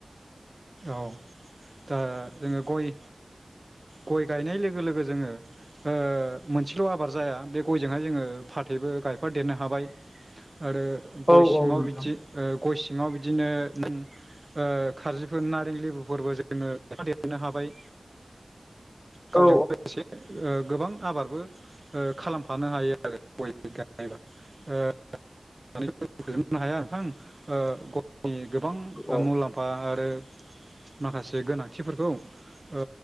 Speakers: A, on the right; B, on the left.
A: औ दा जोङो गय गय गायनाय लोगो लोगो जोङो ओ मोनसेल' आबाद जाया बे गयजोंहाय जोङो फाथैबो गायफा देरनो हाबाय। आरो गय
B: औ
A: सिङाव
B: औ नोंथां
A: बिदि ओ गय सिङाव बिद दिनो उम ओ खारजिफोर नारें लेबुफोरबो जोङो <unintelligible> नो हाबाय ओ गावजों
B: औ
A: लोगोसे ओ गोबां आबादबो ओ खालामफानो हायो आरो गय गायोबा <unintelligible> <unintelligible> गोबां
B: औ
A: मुलाम्फा आरो माखासे गोनां थिफोरखौ ओ